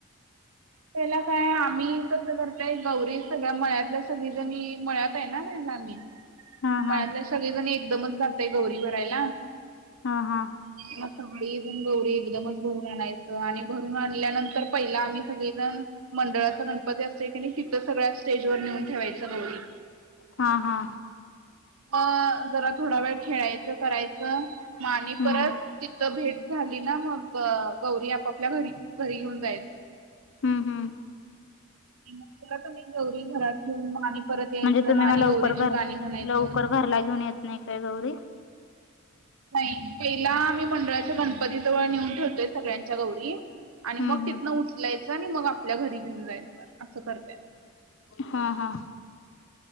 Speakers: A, on the right; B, on the left.
A: त्याला काय आम्ही कस करताय गौरी सगळ्या मळ्यातल्या सगळी जणी मळ्यात रायला म
B: हा
A: मळले
B: हा
A: सगळेजणी एकदमच जातय गौरी भरायला
B: हा हा
A: मग सगळीऊन गौरी एकदमच भरून आणायचं आणि भरून आणल्यानंतर पहिला आम्ही सगळे मंडळाचा गणपती असेल की नाही तिथं सगळ्या स्टेज वर नेऊन ठेवायच गौरी
B: हा हा
A: म जरा थोडा वेळ खेळायचं करायचं म आणि
B: हम्म
A: परत तिथथं भेट झाली ना मग गौरी आपापल्या घरी घरी घेऊन जायच
B: हम्म हम्म
A: मग आम्ही गौरी घरात ठेऊन मा आणि परत यायचं
B: म्हणजे तुम्ही
A: मग आणि
B: म लवकर
A: गौरीची
B: घर
A: गाणी म्हणायचं
B: लवकर घरला घेऊन येत नाही काय गौरी
A: नाही पहिला मम्ही मंडळाच्या गणपती जवळ नेऊन ठेवतोय सगळ्यांच्या गौरी
B: हम्म
A: आणि मग तिथनं
B: हम्म
A: उचलायचं आणि मग आपल्या घरी घेऊन जायचं असं करतेय
B: हा हा